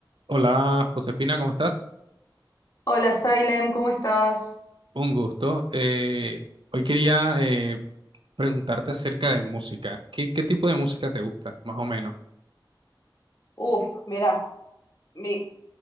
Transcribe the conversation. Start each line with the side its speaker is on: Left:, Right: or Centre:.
Right: Hola Josefina, ¿cómo estás?
Left: Hola, Salem, ¿cómo estás?
Right: Un gusto. Eh, hoy quería eh, preguntarte acerca de música. ¿Qué, qué tipo de música te gusta, más o menos?
Left: Uf, mirá, mi